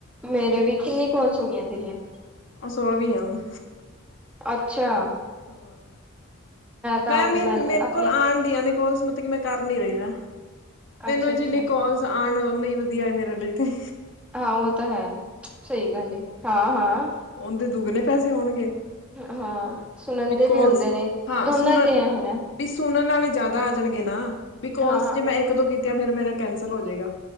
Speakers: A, in the centre; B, on the left (about 55°).
A: ਮੇਰੇ ਵੀ ਕਿੰਨੀ ਕੋਲਸ ਹੋ ਗਈਆਂ ਤੇਰੀਆਂ
B: ਓਹ ਸੋ ਗੀ ਐ ਹੁਣ
A: ਅੱਛਾ।
B: ਹਾਂ
A: ਤਾਂ
B: ਮੈਂ
A: ਉਹਦੇ
B: ਮ
A: ਨਾਲ
B: ਮੇਰੇ
A: ਆਪਣੇ
B: ਕੋਲ ਆਂਡਿਆਂ ਨੇ ਕੋਲਸ ਮਤਲਬ ਕਿ ਮੈਂ ਕਰ ਨੀ ਰਹੀ ਨਾ ਮੈਨੂੰ
A: ਅੱਛਾ-ਅੱਛਾ।
B: ਜਿੰਨੀ ਕੋਲਸ ਆਉਣ ਓਨਾ ਈ ਵਧੀਆ ਮੇਰੇ ਲਈ ਤੇ
A: ਹਾਂ ਉਹ ਤਾਂ ਹੈ। ਸਹੀ ਗੱਲ ਏ ਹਾਂ-ਹਾਂ
B: ਉਨਦੇ ਦੁੱਗਣੇ ਪੈਸੇ ਹੋਣਗੇ
A: ਹਾਂ ਸੁਣਨ
B: ਬਿਕੋਜ਼
A: ਦੇ ਵੀ ਹੁੰਦੇ ਨੇ
B: ਹਾਂ
A: ਦੋਨਾਂ
B: ਸੁਣਨ
A: ਤੇ ਹੋਨਾ।
B: ਵੀ ਸੁਣਨ ਨਾਲੇ ਜ਼ਿਆਦਾ ਆ ਜਾਣਗੇ ਨਾ। ਵੀ ਕੋਲਸ
A: ਹਾਂ ਹਾਂ
B: ਜੇ ਮੈਂ ਇੱਕ ਦੋ ਕੀਤੀਆਂ ਫਿਰ ਮੇਰਾ ਕੈਂਸਲ ਹੋ ਜੇਗਾ।